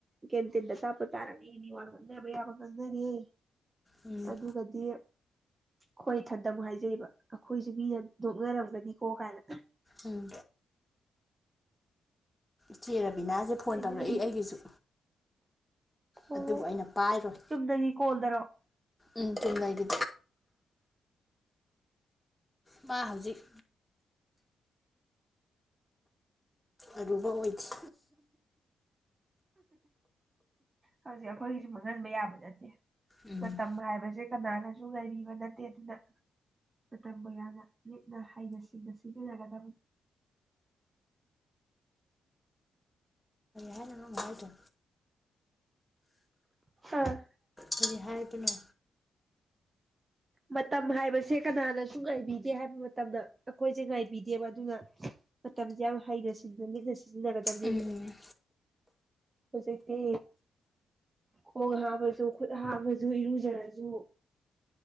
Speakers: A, on the right; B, in the centre.
A: ꯀꯦꯟ ꯇꯤꯟꯗ ꯆꯥꯞꯄ ꯇꯥꯔꯅꯤꯅꯦ ꯋꯥ ꯈꯪꯗꯕ ꯌꯥꯕ ꯈꯪꯗꯅꯤꯦ
B: ꯎꯝ
A: ꯑꯗꯨꯒꯗꯤ ꯍꯣꯏ ꯊꯟꯗ ꯑꯃꯨꯛ ꯍꯥꯏꯖꯩꯕ ꯑꯩꯈꯣꯏꯁꯨ ꯃꯤ ꯅꯣꯛꯅꯔꯝꯒꯅꯤꯀꯣ ꯀꯥꯏꯅ
B: ꯎꯝ ꯁꯤ ꯕꯤꯅꯥꯁꯦ ꯐꯣꯟ
A: ꯍꯩꯅꯔꯤꯕ
B: ꯇꯧꯔꯛꯏ ꯑꯩꯒꯤꯁꯨ
A: ꯑꯣ
B: ꯑꯗꯨꯕꯨ ꯑꯩꯅ ꯄꯥꯏꯔꯣꯏ
A: ꯆꯨꯝꯗꯅꯤ ꯀꯣꯜꯗꯔꯣ
B: ꯎꯝ ꯆꯉꯗ ꯃꯥ ꯍꯧꯖꯤꯛ ꯑꯗꯨꯨꯕ ꯑꯣꯏꯊ
A: ꯍꯧꯖꯤꯛ ꯑꯩꯈꯣꯏꯒꯤꯁꯨ ꯃꯥꯡꯍꯟꯕ ꯌꯥꯕ ꯅꯠꯇꯦ
B: ꯎꯝ
A: ꯃ ꯇꯝꯕ ꯍꯥꯏꯥꯏꯕꯖꯦ ꯀꯅꯥꯅꯁꯨ ꯉ ꯅꯠꯇꯦ ꯑꯗꯨꯅ ꯃꯇꯝꯕꯨ ꯌꯥꯝꯅ ꯂꯤꯠꯅ ꯍꯩꯅ ꯁꯤꯡꯅ ꯁꯤꯖꯤꯟꯅꯒꯗꯕꯅꯤ
B: ꯍꯥꯏꯅ ꯥꯏꯗꯣ
A: ꯑꯥ
B: ꯀꯔꯤ ꯍꯥꯏꯗꯅꯣ
A: ꯃꯇꯝ ꯍꯥꯏꯕꯁꯦ ꯀꯅꯥꯅꯁꯨ ꯉꯥꯏꯕꯤꯗꯦ ꯍꯥꯏꯕ ꯃꯇꯝꯗ ꯑꯩꯈꯣꯏꯁꯦ ꯉꯥꯏꯕꯤꯗꯦꯕ ꯑꯗꯨꯅ ꯃꯇꯝꯁꯦ ꯌꯥꯝ ꯍꯩꯅꯁꯤ ꯆꯖ ꯀ ꯇꯕꯤꯕ
B: ꯎꯝ
A: ꯍꯧꯖꯤꯛꯇꯤ ꯈꯣꯡ ꯍꯥꯞꯕꯁꯨ ꯈꯨꯠ ꯍꯥꯕꯁꯨ ꯏꯔꯨꯖꯔꯁꯨ